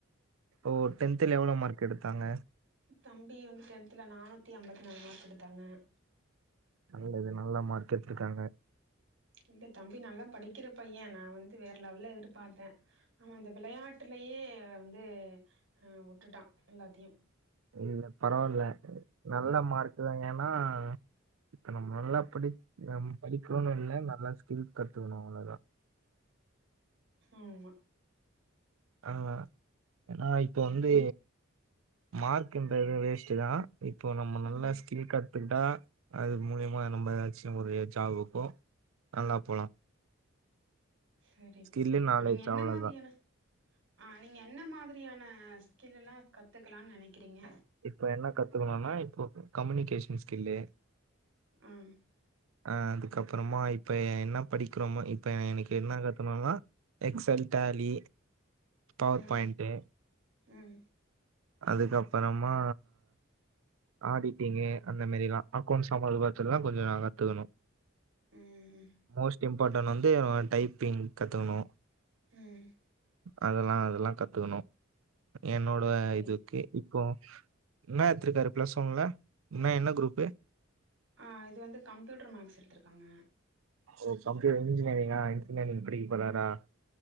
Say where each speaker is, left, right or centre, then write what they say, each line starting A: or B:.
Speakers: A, on the right; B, on the right.
A: ஓ டென்த்துல எவ்ளோ மார்க் எடுத்தாங்க
B: தம்பி வந்து டென்த்துல நானூத்தி அம்பத்தி நாலு மார்க் எடுத்தாங்க
A: நல்லது நல்லா மார்க் எத்துருக்காங்க
B: இல்ல தம்பி நல்லா படிக்கிற பைய நா வந்து வேற லெவல்ல எதிர்பாத்தே அவ அந்த வெளையாட்டுலேயே அ வந்து அ உட்டுட்டா எல்லாத்தியு
A: இல்ல பரவால்ல நல்ல மார்க்கு தா ஏன்னா இப்ப நம்ம நல்லா படி நம் படிக்கோன்னனு இல்ல நல்லா ஸ்கில் கத்துக்கணு அவ்ளோதா
B: ஆமா
A: ஆனா நா இப்போ வந்து மார்க்ன்ற இது வேஸ்ட்டு தா இப்போ நம்ம நல்ல
B: ம்
A: ஸ்கில் கத் துகுட்டா அது மூலயமா நம்ம ஏதாச்சு ஒரு ஜாபுக்கோ நல்லா போலா
B: சரிப்பா
A: ஸ்கில்லு
B: சரிப்பா
A: நாலேஜ்
B: நீங்க என்ன
A: அவ்வளோதான்
B: மாதிரியான அஹ் நீங்க என்ன மாதிரியான ஸ்கில் எல்லா கத்துக்கலானு நெனைக்கிறீங்க
A: இப்ப என்ன கத்துக்கணுன்னா இப்போ கம்யூனிகேஷன் ஸ்கில்லு
B: அஹ்
A: அஹ் அதுக்கப்புறமா இப்ப என்ன படிக் கிறமோ இப்ப எனக்கு என்ன க- த்துகணுனா எக்ஸல் டேலி பவர்
B: ம்
A: பாயிண்ட்டு
B: ம்
A: அதுக்கப்பபறமா ஆடிட்டிங்கு அந்த மாதிரி எல்லா அக்கவுண்ட்ஸ் சம்மந்தப்பட்டது எல்லா கொஞ்ச கத்துக்கணும்
B: ம்
A: மோஸ்ட் இம்பார்ட்டன்ட் வந்து டைப்பிங் கத்துக்கணு
B: உம்
A: அதெல்லா அதெல்லா கத்துக்கணும் என்னோட
B: சரி
A: இதுக்கு இப்போ என்ன எடுத்துருக்காரு பிளஸ் ஒன்னுல என்ன என்ன குரூப்பு
B: அஹ் இது வந்து கம்ப்யூட்டர் மேக்ஸ் எடுத்துருக்காங்க
A: ஓ கம்ப்யூட்டர் இன்ஜினியரிங்கா இன்ஜினியரிங் படிக்க போராறா